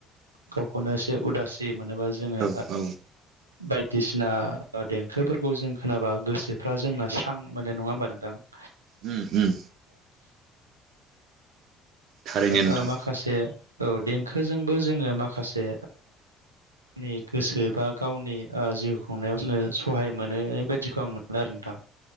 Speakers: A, on the right; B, on the right.
A: गावखौनो एसे उदासि मोनोबा जोङो
B: औ औ
A: बायदिसिना देंखोफोरखौ जों खोनाबा गोसोफ्रा जोंना स्रां माने नङा होमबा नोंथां <inaudible>
B: उम उम थारैनो नोंथां
A: ओ माखासे औ देंखोजोंबो जोङो माखासे गावनि गोसो बा गावनि जिउ खुंनायाव जोङो सहाय मोनो बायदिखौ आं मोनो आरो नोंथां।